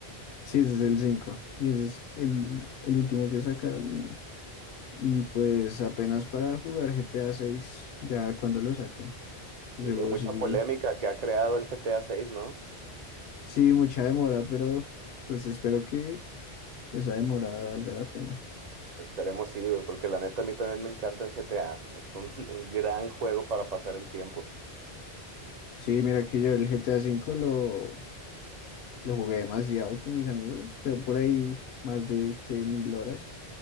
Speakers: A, on the left; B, on the right.
A: Sí, ese es el cinco Y ese es el, el último que sacaron. Y, y pues apenas para jugar G T A 6 ya cuando lo saquen. Ese
B: Sí. Sí,
A: juego
B: mucha
A: sí,
B: polémica que ha creado el GTA seis, ¿no?
A: sí, mucha demora, pero pues espero que esa demora valga la pena.
B: Esperemos sí, güey, porque la neta a mí también me encanta el GTA. Es un, <laughs> un gran juego para pasar el tiempo.
A: Sí, mira que yo el G T A 5 lo, lo jugué demasiado con mis amigos. Tengo por ahí más de que mil horas